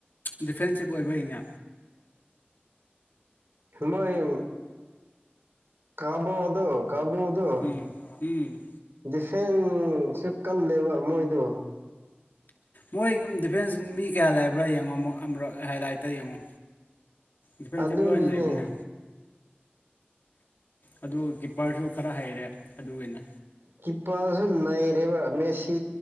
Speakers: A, on the left; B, on the right.
A: ꯗꯤꯐꯦꯟꯁꯤꯞ ꯑꯣꯏꯕꯩꯅꯦ
B: ꯃꯣꯏ ꯀꯥꯕꯣꯗꯣ ꯀꯥꯕꯣꯗꯣ
A: ꯎꯝ ꯎꯝ
B: ꯗꯤꯐꯦꯟꯁꯨ ꯀꯜꯂꯦꯕ ꯃꯣꯏꯗꯣ
A: ꯃꯣꯏ ꯗꯤꯐꯦꯟꯁ ꯃꯤ ꯀꯌꯥ ꯂꯩꯕ꯭ꯔꯥ ꯌꯦꯡꯉꯣ ꯑꯃ ꯍꯥꯏꯂꯥꯏꯠꯇ ꯌꯦꯡꯉꯣ ꯏꯄꯣꯏ
B: ꯑꯗꯨꯅꯤꯅꯦ
A: ꯆꯠꯂ ꯂꯩꯃꯤꯅꯦ ꯑꯗꯨꯒ ꯀꯤꯞꯄꯔꯁꯨ ꯈꯔ ꯍꯩꯔꯦ ꯑꯗꯨꯒꯤꯅꯦ
B: ꯀꯤꯞꯄꯔꯁꯨ ꯅꯩꯔꯦꯕ ꯃꯦꯁꯤ